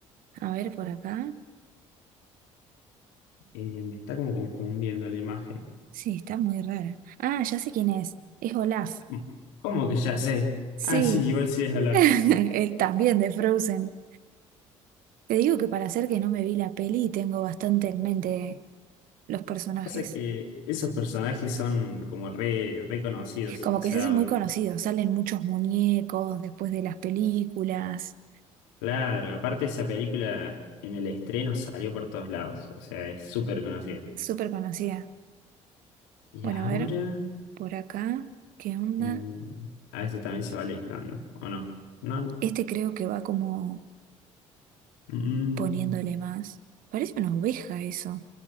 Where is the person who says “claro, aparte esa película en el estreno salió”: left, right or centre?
Left